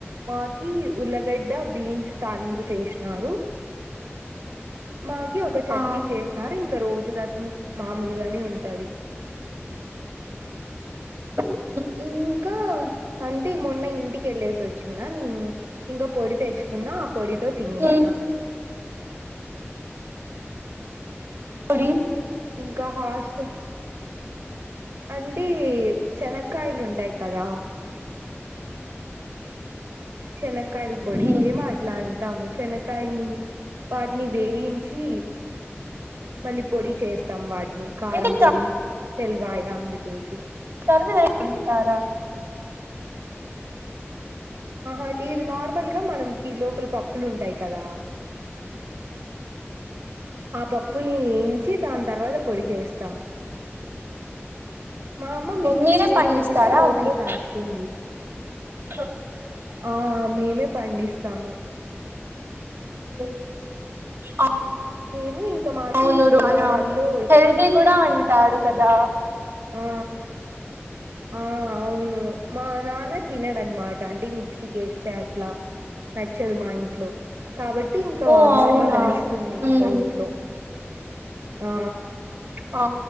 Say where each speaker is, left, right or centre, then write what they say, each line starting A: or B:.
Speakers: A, on the right; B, on the right.
A: మాకి ఉల్లగడ్డ బీన్స్ తాలింపు చేసినారు మాకి ఒక చట్నీ
B: ఆ
A: చేన్నారు ఇంకా రోజ్ జు రాసం మామూలుగానే ఉంటది
B: అ
A: ఇంకా అంతీ మొన్న ఇన్ టికేళ్ళేసి వచ్చిన నేను ఇంకా పొడి తెచ్ కున్నా ఆ ప్పోడితో తినేష్ిన
B: ఉమ్ కుడిీ
A: ఇంకా హాస్ అంటే చెనకాయలు ఉంటాయి కదా శనక్కయల పొడి
B: ఉమ్
A: మేము అట్లా అంటాము చెన క్కయల్ని వాటిని వేయించి మళ్ళీ పొడి చేస్తాం వాట్ ట్నీ కారం
B: అంటే
A: పొడి తెల్వయ అందుకేసి
B: <unintelligible> చేస్తారా
A: ఆహా లేదు నార్మల్గా మనకి లోపల పప్పులు ఉంటాయి కదా ఆ పప్పుల్ని ఏం చి దాని తర్వాత పొడి చేస్తాం మా అమ్మ మిక్సీ
B: మీరే
A: కేకోకుండా
B: పండిస్తారా
A: రోట్లో
B: అవి
A: దాంచుతుంది
B: <unintelligible>
A: ఆ మేమే పండిస్తాము
B: హు ఆ
A: మేము ఇం మాకి
B: అవునురు
A: పొలాల్లో
B: అనా హల్ది కూడా అన్ తారు కదా
A: ఆ ఆ అవును మా నాన్న తినడన్నమాట అంటే మిక్సీకేస్తే అట్లా న నచ్చదు మా ఇంట్లో కాబట్టి ఇంకా
B: ఓ
A: మా
B: అవునా
A: అమ్మ దంచుతుంది ఇంకా
B: ఉమ్
A: రోట్లో ఆ
B: ఆ